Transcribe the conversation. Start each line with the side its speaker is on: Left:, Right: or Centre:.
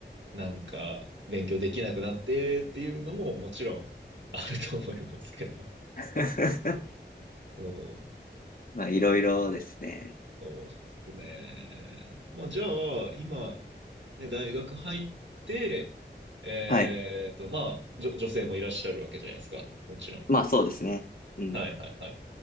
Right: なんか勉強できなくなってっていうのももちろんあると思いますけど。
Left: <laughs>
Right: そう、
Left: まあ、いろいろですね。
Right: そうですね。まあじゃあ、今、ね、大学入って、えっと、
Left: はい。
Right: まあ、じょ、女性もいらっしゃるわけじゃないですか。もちろん。
Left: まあ、そうですね。うん。
Right: はいはいはい。